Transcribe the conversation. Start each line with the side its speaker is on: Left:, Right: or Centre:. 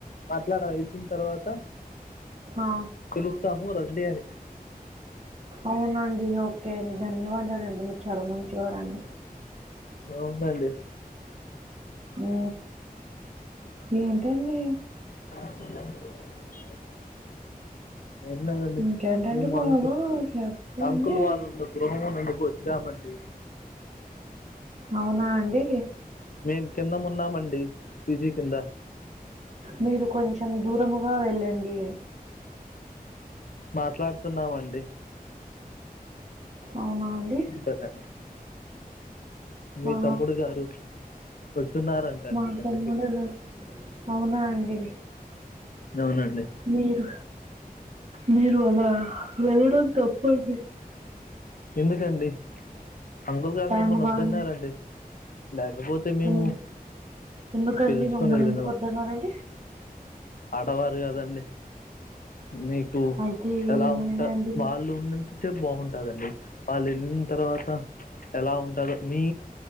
Left: మాట్లాడడం అయిపోయిన తర్వాత
Right: ఆ!
Left: పిలుస్తాము రండి అని
Right: అవునా అండి ఓకే అండి ధన్యవాదాలండి మీరు చాలా మంచివారండి
Left: <unintelligible>
Right: ఆ ఏంటండి
Left: అ ఏం లేదండి
Right: ఇంకేంటండి
Left: మేము
Right: బాబు
Left: అంకుల్
Right: చెప్పండి.
Left: అంకుల్ వాళ్ళున్న <unintelligible> చ్చామండి
Right: అవునా అండి
Left: మేం కింద ఉన్నామండి పీజీ కింద
Right: మీరు కొంచెం దూరముగా వెళ్ళండి
Left: మాట్లాడు తున్నామండి
Right: అవునా అండి?
Left: సరే అండి మీ
Right: ఆ!
Left: తమ్ముడు గారు వస్తున్నారంటండి
Right: మా
Left: కిందకి
Right: తమ్ముడు అవునా అండి?
Left: అవునండి
Right: మీరు మీరు అలా వెళ్ళడం తప్పండి
Left: ఎందుకండి అంకుల్ గారు
Right: టైముగాని
Left: మిమ్మల్ని వద్దన్నారండి లేకపోతే మేము
Right: ఎన్ ఎందుకండి
Left: పిలుచుకొని
Right: మమ్మల్ని
Left: వెళ్ళదమా
Right: ఎందుకు వద్దన్నారండి?
Left: ఆడవారు కదండి మీకు
Right: అయితే
Left: ఎలా
Right: ఏమైందండి?
Left: ఉంటా వాళ్ళు ఉన్నంత సేపు బాగుంటదండి వాళ్ళు వెళ్ళిన తర్వాత ఎలా ఉంటందో మీ